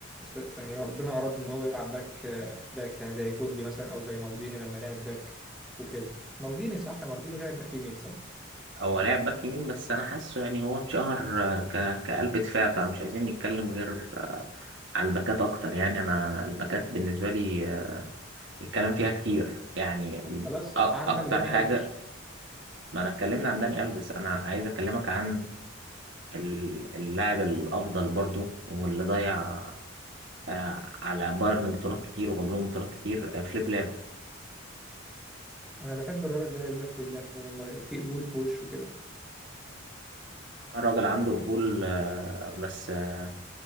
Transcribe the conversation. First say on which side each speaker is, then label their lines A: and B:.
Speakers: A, in the centre; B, on the right.
A: يعني ربنا اراد ان هو يلعب باك آه، باك يعني زي كوندي مثلا او زي مالديني لما لعب باك وكده مالديني صح مالديني لعب باك يمين صح
B: هو لاعب باك يمين بس انا حاسه يعني هو اتشهر آه، ك... كقلب دفاع فمش عايزين نتكلم غير آه، على الباكات اكتر يعني انا الباكات بالنسبه لي آه، الكلام فيها كتير يعني
A: خلاص
B: أ-
A: عندك
B: اكتر
A: داني
B: حاجه
A: الفيش
B: ما انا اتكلمنا عن داني الفيس انا عايز اكلمك عن ال- اللاعب الافضل برضو واللي ضيع آه، على بايرن بطولات كتير وجاب لهم بطولات كتير آه، فليب لام
A: انا بحب الراجل ده لله في الله كده والله في قبول في وشه كده
B: الراجل عنده قبول آه، بس آه،